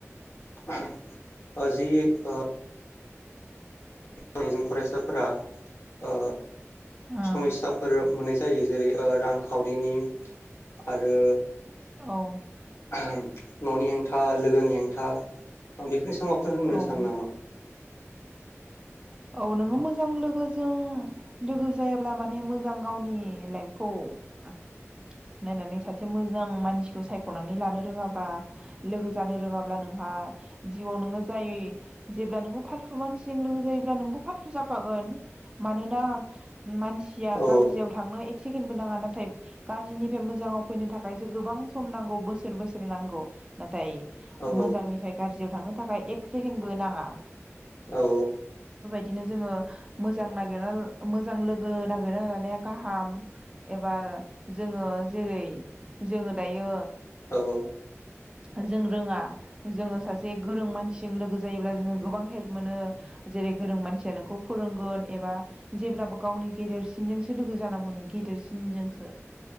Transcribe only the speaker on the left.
<unintelligible> ओ जि ओ आंनिजों फरायसाफोरा ओ
समयसाफोर मोननाय जायो जेरै ओ रांखावरिनि आरो
आहां न'नि हेंथा लोगोनि हेंथा आं बेखोनो समावथ' होननो
सानो नामा?
औ
औ
औ
औ औ